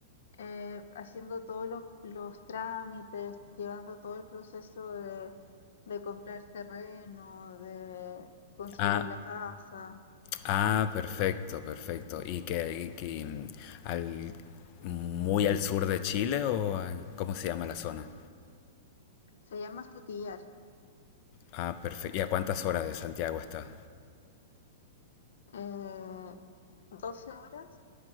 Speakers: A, on the left (about 75°); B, on the left (about 30°).
A: eh, haciendo todos los, los trámites, llevando todo el proceso de, de comprar terreno, de construir
B: Ah,
A: la casa.
B: Ah, perfecto, perfecto. ¿Y que, y que, mm, al, muy al sur de Chile o a- cómo se llama la zona?
A: Se llama estutillar.
B: Ah, perfecto. ¿Y a cuántas horas de Santiago está?
A: Eh, 12 horas